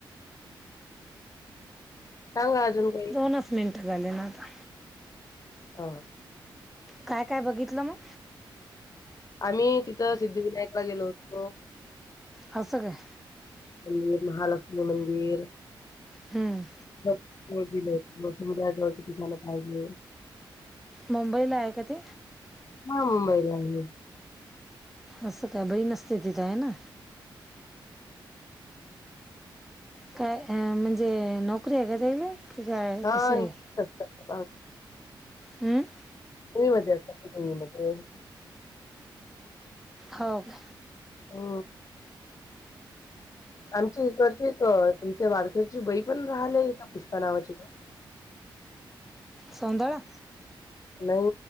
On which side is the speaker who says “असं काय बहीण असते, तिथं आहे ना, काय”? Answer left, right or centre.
Centre